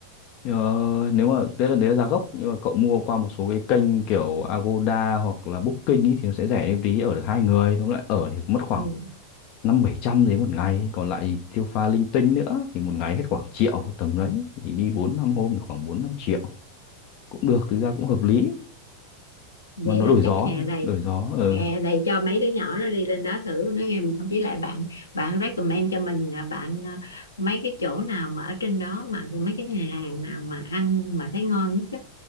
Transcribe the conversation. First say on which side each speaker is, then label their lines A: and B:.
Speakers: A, on the left (about 40°); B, on the left (about 75°).
A: Ờ, nếu mà tức là đấy là giá gốc nhưng mà cậu mua qua một số cái kênh kiểu Agoda hoặc là Booking ý thì nó sẽ rẻ thêm tí ở được hai người, tóm lại ở thì cũng mất khoảng
B: ừ.
A: năm bảy trăm đấy một ngày còn lại tiêu pha linh tinh nữa thì một ngày hết khoảng triệu tầm đấy thì đi bốn năm hôm thì khoảng bốn năm triệu cũng được thực ra cũng hợp lý
B: vậy
A: mà nó
B: là
A: đổi
B: chắc
A: gió
B: hè
A: thôi,
B: này
A: đổi gió ờ
B: hè này cho mấy đứa nhỏ nó đi lên đó thử nó nghe với lại bạn bạn recommend cho mình là bạn à, mấy cái chỗ nào mà ở trên đó mà mấy cái nhà hàng nào mà ăn mà thấy ngon nhất á